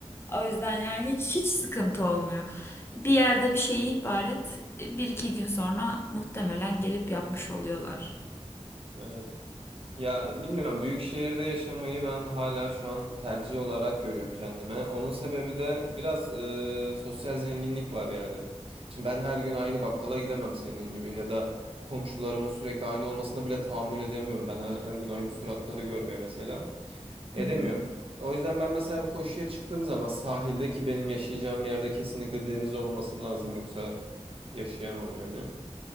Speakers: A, on the left; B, on the right.
A: O yüzden yani hiç hiç sıkıntı olmuyor. Bir yerde bir şeyi ihbar et e, bir iki gün sonra muhtemelen gelip yapmış oluyorlar.
B: Evet. Ya bilmiyorum büyük şehirde yaşamayı ben hala şu an tercih olarak görüyorum kendime. Onun sebebi de biraz e, sosyal zenginlik var yani. Şimdi ben her gün aynı bakkala gidemem senin gibi ya da komşularımın sürekli aynı olmasına bile tahammül edemiyorum. Ben her her gün aynı suratları görmeye mesela edemiyorum.
A: Hı hı.
B: O yüzden ben mesela bir koşuya çıktığım zaman sahilde ki benim yaşayacağım yerde kesinlikle deniz olması lazım yoksa yaşayamam yani.